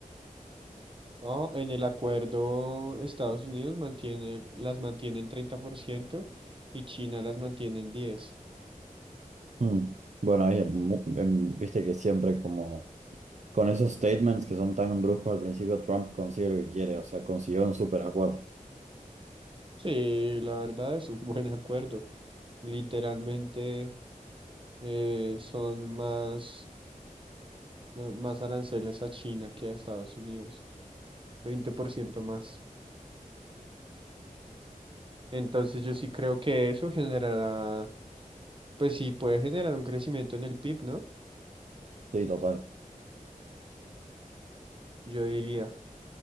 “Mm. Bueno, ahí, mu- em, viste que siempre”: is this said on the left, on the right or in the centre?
Right